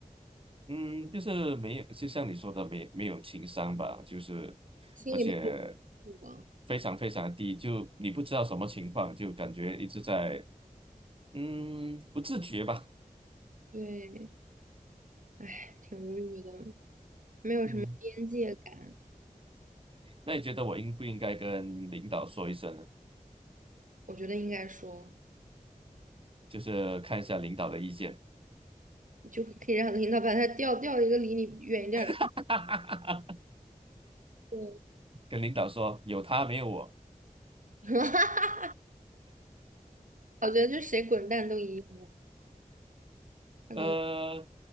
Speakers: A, on the right; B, on the right.
A: 嗯，就是没有，就像你说的，没没有情商吧，就是而且
B: 心里面有数啊。<laughs>
A: 非常非常低，就你不知道什么情况，就感觉一直在嗯不自觉吧。
B: 对，哎，挺无语的，没有什么边界感。
A: 嗯，那你觉得我应不应该跟领导说一声呢？
B: 我觉得应该说，
A: 就是看一下领导的意见，
B: 你就可以让领导把他调调一个离你远一点儿的部
A: <laughs>
B: 分。
A: 跟领导说有他没有我。
B: <laughs> 我觉得就谁滚蛋都一样，太搞笑，
A: 呃，